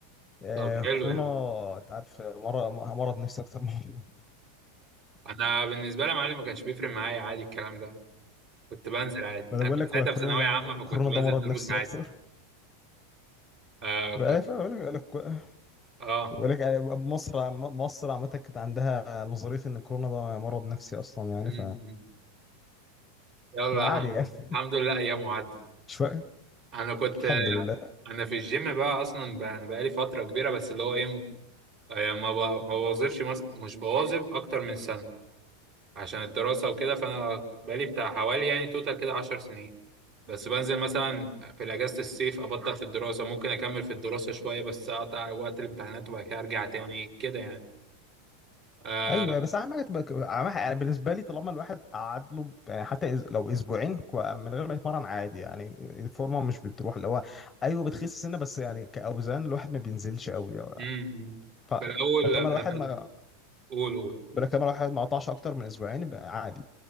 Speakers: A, on the left; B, on the right.
A: آه
B: طب حلو
A: كورونا
B: يعني
A: انت عارف مرض مرض نفسي اكتر من <laughs>
B: انا بالنسبة لي يا معلم ما كانش بيفرق معايا عادي الكلام ده كنت بنزل عادي
A: انا
B: انا
A: بقول
B: كنت
A: لك
B: ساعتها
A: هو كورونا
B: في ثانوية عامة فكنت
A: كورونا
B: بنزل
A: ده مرض
B: دروس
A: نفسي
B: عادي
A: اكتر
B: آه كنت
A: بقى- فاهم؟ بقول لك بقول لك
B: اه
A: بقول لك يعني مصر عم- مصر عامه كانت عندها نظريه ان كورونا ده مرض نفسي اصلا يعني
B: مم،
A: ف...
B: مم. يلا
A: فعادي يعني
B: الحمد لله ايام عدت
A: <laughs> شويه
B: انا كنت
A: الحمد لله
B: انا في الجيم بقى اصلا بقى انا بقالي فترة كبيرة بس اللي هو ايه يعني ما ب- ما بوظفش مثلا مش بوظف اكتر من سنه عشان الدراسه وكده فانا بقالي بتاع حوالي يعني توتال كده 10 سنين بس بنزل مثلا في اجازه الصيف ابطل في الدراسه ممكن اكمل في الدراسه شويه بس اقطع وقت الامتحانات وبعد كده ارجع تاني كده يعني آه
A: ايوه بس اهم حاجه تبقى اهم حاجه يعني بالنسبه لي طالما الواحد قعد له يعني حتى إز- لو اسبوعين كو- من غير ما يتمرن عادي يعني الفورمه مش بتروح اللي هو ايوه بتخس سنه بس يعني كاوزان الواحد ما بينزلش قوي يعني.
B: أمم.
A: ف...
B: في الاول
A: فطالما
B: انا
A: الواحد
B: في
A: ما
B: ال- قول قول
A: بلا كمان الواحد ما قطعش اكتر من اسبوعين يبقى عادي